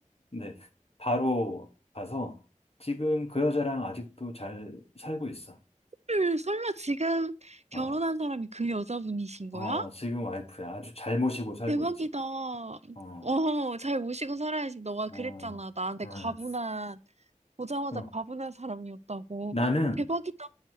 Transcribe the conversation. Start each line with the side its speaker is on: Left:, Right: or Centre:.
Left: 네, 바로 가서 지금 그 여자랑 아직도 잘 살고 있어.
Right: 헐, 설마 지금 결혼한
Left: 어,
Right: 사람이 그 여자분이신
Left: 어,
Right: 거야?
Left: 지금 와이프야. 아주 잘 모시고 살고
Right: 대박이다.
Left: 있지.
Right: 어,
Left: 어,
Right: 잘 모시고 살아야지. 너가
Left: 어,
Right: 그랬잖아. 나한테
Left: 어.
Right: 과분한, 보자마자
Left: 그럼
Right: 과분한 사람이었다고.
Left: 나는,
Right: 대박이다.